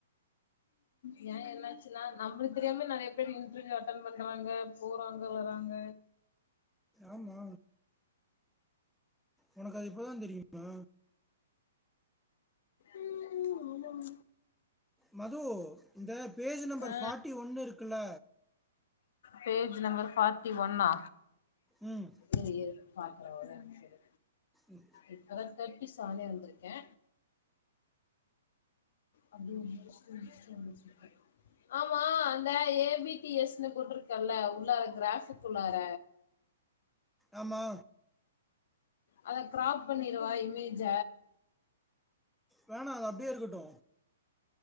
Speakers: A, on the left; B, in the centre.
A: ஏ என்னாச்சுன்னா நம்மளுக்கு தெரியாமே நறைய பேர் இன்டர்வியூ அட்டன் பண்றாங்க போறாங்க வராங்க
B: ஆமா உனக்கு அது இப்பதா தெரியுமா
A: ம் ம் ஆமாம்
B: மது இந்த பேஜ் நம்பர்
A: ஆ
B: ஃபாட்டி ஒன் இருக்குல
A: பேஜ் நம்பர் ஃபார்ட்டி ஒன்னா
B: ம்
A: இரு இரு பாக்குறே ஒரே நிமிஷ இரு
B: ம்
A: இப்பதா தேர்ட்டி செவனே வந்திருக்கே அப்டியே இரு <unintelligible> ஆமா அந்த ஏ பி டி எஸ் ன்னு போட்டிருக்கல்ல உள்ளார கிராஃப்க்குள்ளார
B: ஆமா
A: அத க்ராப் பண்ணிறவா இமேஜ
B: வேணா அது அப்டியே இருக்கட்டு